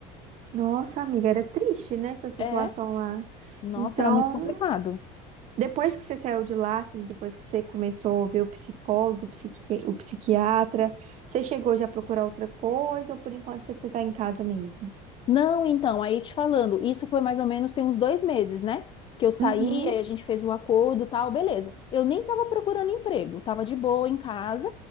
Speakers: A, on the right (about 45°); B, on the left (about 30°).
A: nossa, amiga, era triste, né? Sua situação
B: É,
A: lá.
B: nossa,
A: Então,
B: era muito complicado.
A: depois que você saiu de lá, assim, depois que você começou a ver o psicólogo, o psiquite- o psiquiatra, você chegou já a procurar outra coisa ou por enquanto você tá em casa mesmo?
B: Não, então, aí te falando, isso foi mais ou menos tem uns dois meses, né? Que eu saí,
A: Uhum,
B: aí a gente fez o acordo, tal, beleza. Eu nem tava procurando emprego, tava de boa em casa.